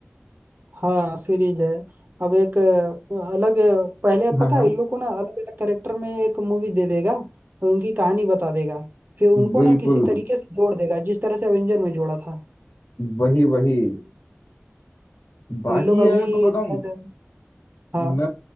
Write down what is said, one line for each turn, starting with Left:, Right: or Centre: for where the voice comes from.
Right: हाँ सीरीज है अब एक अ, अलग अ, पहले
Left: हाँ
Right: पता
Left: हाँ
Right: है इन लोग को ना अलग अलग कैरेक्टर में एक मूवी दे देगा और उनकी कहानी बता देगा फिर उनको
Left: बिल्कुल
Right: ना किसी तरीके से जोड़ देगा जिस तरह से अवेंजर में जोड़ा था
Left: वही वही बाकी
Right: तो इन लोग अभी
Left: यार मैं बताऊं
Right: शायद- हाँ
Left: मैं